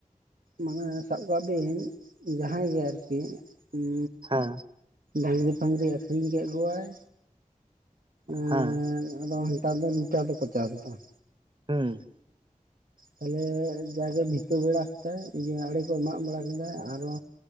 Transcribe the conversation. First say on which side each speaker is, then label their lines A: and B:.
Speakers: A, on the right (about 85°); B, on the right (about 35°).
A: ᱢᱟᱱᱮ ᱥᱟᱵ ᱠᱟᱜ ᱵᱤᱱ ᱡᱟᱦᱟᱸᱭ ᱜᱮ ᱟᱨᱠᱤ ᱩᱸᱻ
B: ᱦᱮᱸ
A: ᱰᱟᱝᱨᱤ ᱯᱷᱟᱝᱨᱤ ᱟᱠᱷᱨᱤᱧ ᱠᱮᱜ ᱠᱚᱣᱟᱭ, ᱮᱸᱻᱫ
B: ᱦᱮᱸ
A: ᱟᱫᱚ ᱱᱮᱛᱟᱨ ᱫᱚ ᱞᱩᱴᱟᱨ ᱛᱮᱠᱚ ᱪᱟᱥ ᱫᱟ ᱾
B: ᱦᱩᱸ ᱾
A: ᱛᱟᱦᱞᱮ ᱡᱟᱜᱮ ᱵᱷᱤᱛᱟᱹ ᱵᱮᱲᱟ ᱠᱮᱫᱟᱭ, ᱤᱭᱟᱹ ᱟᱲᱮ ᱠᱚᱭ ᱢᱟᱜ ᱵᱟᱲᱟ ᱠᱮᱫᱟᱭ ᱟᱨᱚ